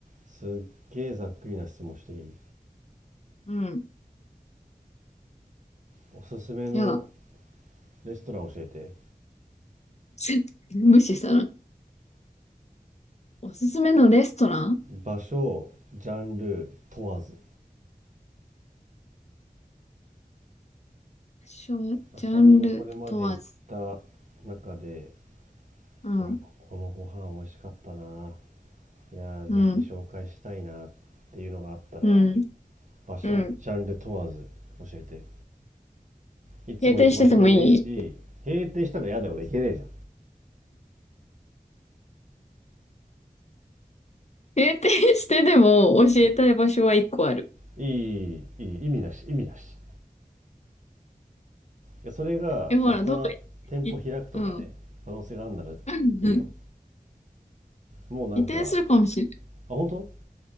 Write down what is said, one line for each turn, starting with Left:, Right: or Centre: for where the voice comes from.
Right: すっげえざっくりな質問していい
Left: うん。
Right: おすすめの
Left: やだ。
Right: レストラン教えて
Left: <laughs> 無視したら。おすすめのレストラン
Right: 場所ジャンル問わず
Left: ショジャンル問わず。
Right: あさみがこれまで行った中で
Left: うん。
Right: いやここのご飯美味しかったないやぜひ紹介したいなっていうのがあったら
Left: うん。うん。
Right: 場所ジャンル問わず教えて
Left: うん。
Right: いつも行く場所でもいいし閉店したら嫌だよ俺行けねえじゃ
Left: 閉店しててもいい閉店してでも教えたい場所は一個ある。
Right: んいやいいいいいい意味なし意味なしいやそれがまた店舗開くとかね可能性があるならいいよ
Left: え、ほら、どっかい、いうん。<laughs>
Right: もうなんか
Left: 移転するかもしれな
Right: あ本当